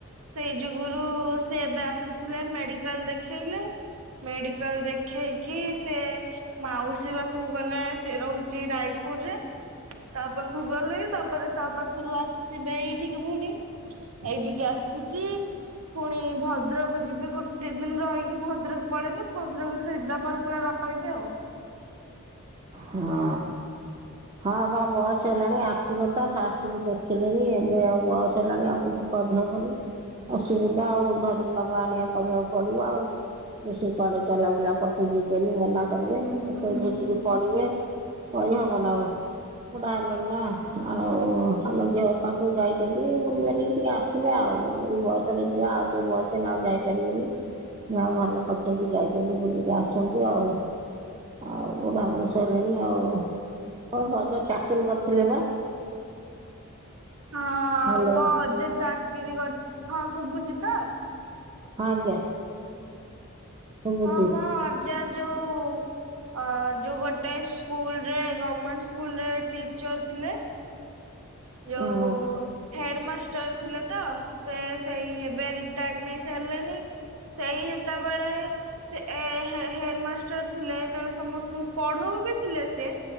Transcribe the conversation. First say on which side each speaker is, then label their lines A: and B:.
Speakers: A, on the right; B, on the right.
A: ସେଇ ଯୁଗରୁ ସେ ଏବେ ଥିଲେ ମେଡିକାଲ ଦେଖେଇଲେ ମେଡିକାଲ ଦେଖେଇକି ସେ ମାଉସୀ ପାଖକୁ ଗଲେ ସେ ରହୁଚି ରାଇ ପୁରରେ। ତା ପାଖକୁ ଗଲେ ତାପରେ ତା ପାଖରୁ ଆସିବେ ଏଇଠିକି ଫୁଣୀ ଏଇଠିକ ଆସ ଆସିକି ପୁଣି ଭଦ୍ରକ ଯିବେ ଗୋଟେ ଦିନି ଦିନ ରହିକି ଭଦ୍ରକ ପଳେଇବେ ଭଦ୍ରକ ସିଦାପର ପୁରା ରହିବେ ଆଉ
B: ହଁ। ହଁ ବା ବସ୍ ହେଲାଣି ଆଖି କଥା ଫାଷ୍ଟରୁ ଦେଖିଲିଣି ଏବେ ଆଉ ବସ୍ ହେଲାଣି ଆଉ କିଛି ତ ଦିହ ଭଲ ଅଛି। ଅସୁବିଧା ଆଉ ଧରିକି ନବା ଆଣିବା କରିବାକୁ ପଡିବ ଆଉ ବେଶୀ କୁଆଡେ ଚଲାବୁଲା କତେ ଯିବେନି ମନା କରିବେ
A: ହୁଁ
B: କେତେ
A: ହୁଁ।
B: ଝଟିକି ପଡିବେ କହିହବ ନା ଆଉ। ବୁଡା ହେଲାଣି ନା ଆଉ ଆାନ ଝିଅ ପାଖକୁ ଯାଇଛନ୍ତି ବୁଲି ବାଲିକି ଟିକେ ଆସିବେ ଆଉ। ଆଉ ଏଇ ବୟସରେ ଯ ଆଉ ଟିକେ ବୟସହେଲେ ଆଉ ଯାଇପାରିବେନି। ହ ଭଲ କରିଛନ୍ତି ଯାଇଛନ୍ତି ବୁଲିକି ଆସନ୍ତୁ ଆଉ ଆଉ। ବୁଢା ମଣିଷ ହେଲେଣି ଆଉ ତମ ଅଜା ଚାକିରି କରିଥିଲେ ବା?
A: ହଁ
B: ହ୍ୟାଲୋ
A: ମୋ ଅଜା ଚାକିରି କରି ହଁ ଶୁଭୁଛିୁ ତ?
B: ଆଜ୍ଞା। ଶୁଭୁଛି
A: ହଁ ମୋ ଅଜା ଯୋଉ ଅ ଯୋଉ ଗୋଟେ ସ୍କୁଲରେ ଗମେଣ୍ଟ ସ୍କୁଲରେ ଟିଚର ଥିଲେ। ଯୋଉ
B: ହଁ
A: ହେଡ ମାଷ୍ଟ ଥିଲେ ତ, ସେ ସେଇ ଏବେ ରିଟଡ ନେଇସାରିଲେଣି। ସେଇ ଯେତେବେଳେ ସେ ହେଡମାଷ୍ଟର ଥିଲେ, ତେଣୁ ସମସ୍ତଙ୍କୁ ପଢଉ ବି ଥିଲେ ସେ